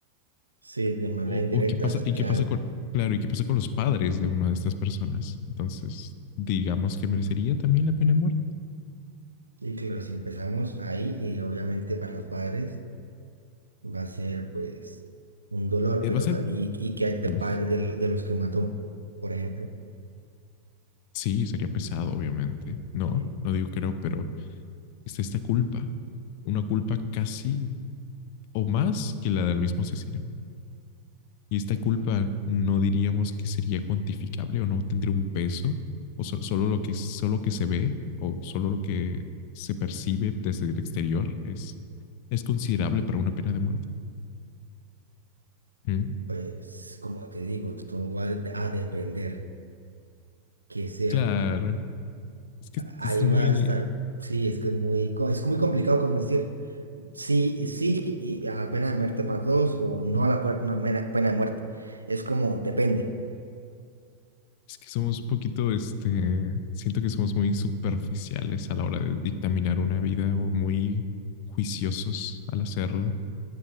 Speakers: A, on the right (about 85°); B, on the left (about 45°).
A: Sí, de manera
B: O,
A: indirecta,
B: o qué pasa,
A: sí,
B: y
A: claro.
B: qué pasa con, claro, y qué pasa con los padres de una de estas personas. Entonces, digamos que merecería también la pena de muerte.
A: Y claro, si empezamos ahí, y obviamente para los padres va a ser pues un dolor,
B: Eh,
A: pero
B: va a ser,
A: también, y que hay de
B: mm,
A: padres del- de, los que mató, por ejemplo.
B: sí, sería pesado, obviamente. No,
A: Sí.
B: no digo que no, pero está esta culpa, una culpa casi o más que la del mismo asesino. Y esta culpa no diríamos que sería cuantificable o no tendría un peso, o so- solo lo que, solo que se ve o solo lo que se percibe desde el exterior es, es considerable para una pena de muerte. Mm.
A: Pues, como te digo, todo va a depender que sea
B: Claro,
A: lo que
B: es que
A: ahí
B: es muy,
A: va a estar. Sí, es que es muy, co- es muy complicado como decir sí, sí y a la pena de muerte para todos o no a la puer- no, mera- pena de muerte. Es como depende.
B: es que somos un poquito, este, siento que somos muy superficiales a la hora de dictaminar una vida o muy juiciosos al hacerlo,